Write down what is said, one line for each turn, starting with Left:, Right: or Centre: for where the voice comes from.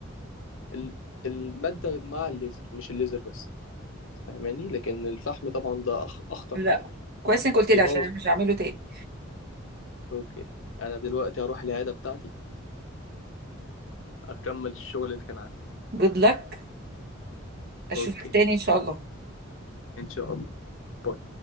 Left: ال- المادة مع الليزر مش الليزر بس فاهماني لكن الفحم طبعا ده أخ- أخطر
Right: لا
Left: حاجة
Right: كويس إنك قلت لي
Left: يبوظ
Right: عشان أنا مش هعمله تاني
Left: اوكي انا دلوقتي هروح العياده بتاعتي اكمل الشغل اللي كان عندي
Right: جود لك أشوفك
Left: اوكي
Right: تاني إن شاء الله
Left: ان شاء الله باي